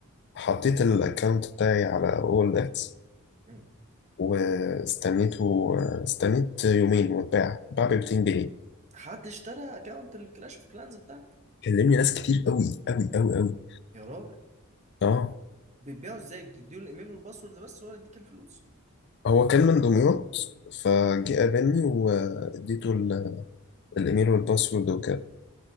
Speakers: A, on the left (about 50°); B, on the right (about 30°).
A: فحطيت الأكونت بتاعي على أول إكس
B: أمم.
A: واستنيته استنيت يومين واتباع اتباع ب 200 جنيه
B: حد اشترى اكونت الكلاش اوف كلانز بتاعك
A: كلمني ناس كتير قوي قوي قوي قوي
B: يا راجل
A: اه
B: بتبيعه ازاي بتديله الايميل والباسورد بس وهو يديك الفلوس
A: هو كان من دمياط فجه قابلني واديته ال- الايميل والباسورد وكده